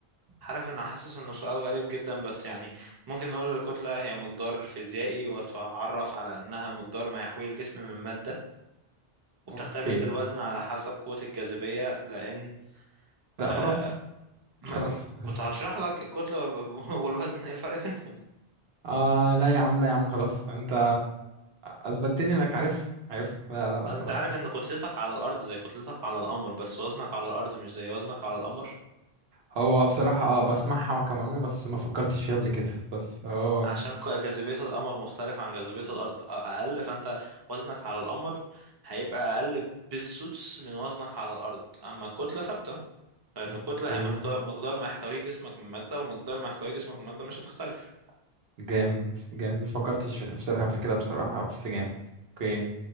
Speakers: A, on the right (about 25°); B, on the right (about 75°).
A: عارف ان حاسس انه سؤال غريب جدا بس يعني ممكن نقول الكتله هي مقدار فيزيائي وتعرف على انها مقدار ما يحويه الجسم من ماده وبتختلف
B: اوكي
A: في الوزن على حسب قوة الجاذبية لأن
B: لا
A: آه
B: خلاص
A: م-
B: خلاص
A: م-
B: <laughs>
A: كنت هشرح لك الكتلة <laughs> والوزن ايه الفرق بينهم
B: اه لا يا عم لا يا عم خلاص انت اثبتت لي انك عارف عارف لا لا لا
A: انت
B: خلاص
A: عارف ان كتلتك على الأرض زي كتلتك على القمر بس وزنك على الأرض مش زي وزنك على القمر
B: هو بصراحة اه بسمعها كمعلومة بس ما فكرتش فيها قبل كده بس اه
A: عشان ك- جاذبية القمر مختلف عن جاذبية الأرض أ- أقل فأنت وزنك على القمر هيبقى أقل بالسدس من وزنك على الأرض أما الكتلة ثابتة لأن
B: اوكي
A: الكتلة هي محتوى مقدار ما يحتويه جسمك من مادة ومقدار ما يحتويه جسمك من مادة مش هتختلف
B: جامد جامد ما فكرتش في تفسيرها قبل كده بصراحة بس جامد اوكي